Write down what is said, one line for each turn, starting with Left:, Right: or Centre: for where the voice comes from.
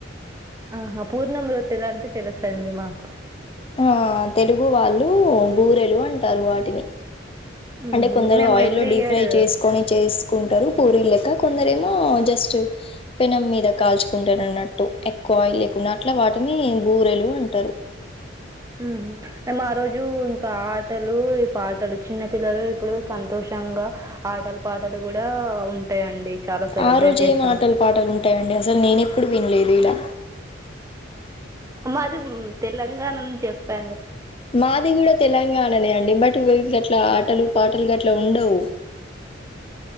Right: ఆహా పూర్ణం రొ రొట్టెలు అంటే తెలుస్తాయండీ మాకు
Left: ఆ తెలుగు వాళ్ళు బూరెలు అంటారు వాటిని అంటే
Right: ఉహు
Left: కొందరు
Right: మేము
Left: ఆయిల్లో
Right: ఎవ్రీ
Left: డీప్
Right: ఇయర్
Left: ఫ్రై చేసుకని చేసి కుంటారు పూరీలు లెక్క కొందరు ఏమో జస్ట్ పెనం మీద కాల్చు ఉంటారు అన్నట్టు ఎక్కువ ఆయిల్ లేకుండా అట్లా వాటిని బూరెలు అంటారు.
Right: ఊహూ మేము ఆరోజు ఇంకా ఆటలు ఈ పాటలు చిన్న పిల్లలు ఇప్పుడు సంతోషంగా ఆటలు పాటలు కూడా ఉంటాయండి. చాలా సెలబ్రేట్
Left: ఆ రోజే
Right: చేస్తాం
Left: ఏ మాటలు పాటలు ఉంటాయండి అసలు నేన ఎప్పుడు వినలేదు ఇలా
Right: మాది తెలంగాణని చెప్పా
Left: మాది కూడా తెలంగాణనే అండి బట్ ఇంక అట్లా ఆటలు పాటలు గట్ల ఉండవు.